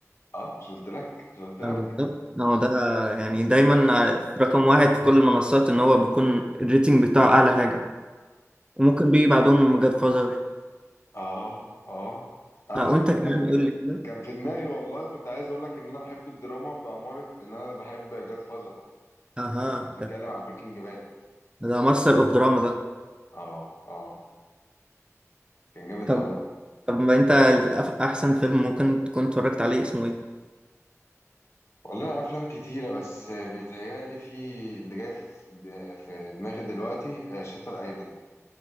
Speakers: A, on the left; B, on the right.
A: اه مش قلت لك مش قلت لك
B: بالظبط، هو ده يعني دايما في رقم واحد في كل المنصات ان هو بيكون الريتنج بتاعه اعلى حاجه وممكن بيجي بعدهم جاد فازر
A: اه اه اه
B: آه وانت
A: خد
B: كمان
A: بالك
B: قول لي كده
A: كان في دماغي والله كنت عايز اقول لك ان انا بحب الدراما بأمارة ان انا بحب جاد فازر
B: اها
A: لما كنت بتتكلم عن بريكنج باد
B: ده ماستر اوف دراما ده
A: اه اه كان جامد
B: طب
A: قوي
B: طب ما انت ال- أف- احسن فيلم ممكن تكون اتفرجت عليه اسمه ايه
A: والله افلام كتيره بس بيتهيألي في اللي جاي في في دماغي دلوقتي آه، شاتر ايلاند